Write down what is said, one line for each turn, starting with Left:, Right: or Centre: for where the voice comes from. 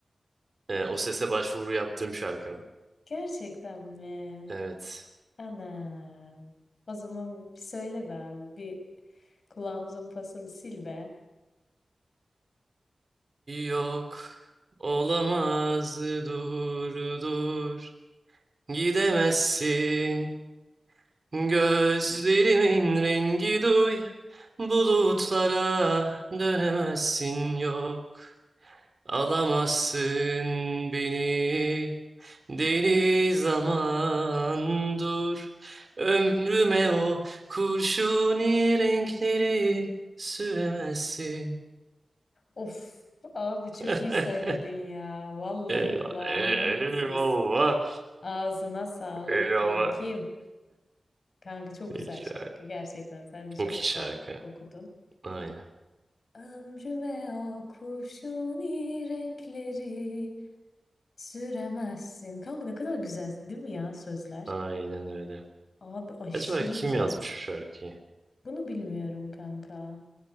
Right: e, o sese başvuru yaptığım şarkı.
Left: Gerçekten mi?
Right: Evet.
Left: Ana. O zaman bir söyle be abi. Bir kulağımızın pasını sil be.
Right: Yok. Olamaz dur dur. Gidemezsin. Gözlerimin rengi duy. Bulutlara dönemezsin yok. Alamazsın beni deli zaman dur ömrüme o kurşuni renkleri süremezsin.
Left: Of abi çok
Right: <laughs>
Left: iyi söyledin ya. Vallahi
Right: Eyvah,
Left: kulağının
Right: e- eyvallah,
Left: ses. Ağzına sağlık
Right: eyvallah.
Left: kankim. Kanka çok güzel
Right: Değişik.
Left: şarkı. Gerçekten sen
Right: Çok
Left: de çok
Right: iyi
Left: güzel
Right: şarkı.
Left: okudun.
Right: Aynen,
Left: Ömrü ve o kurşuni renkleri süremezsin. Kanka ne kadar güzel değil mi ya sözler?
Right: aynen öyle.
Left: Abi aşırı
Right: Acaba kim
Left: güzel.
Right: yazmış bu şarkıyı?
Left: Bunu bilmiyorum kanka.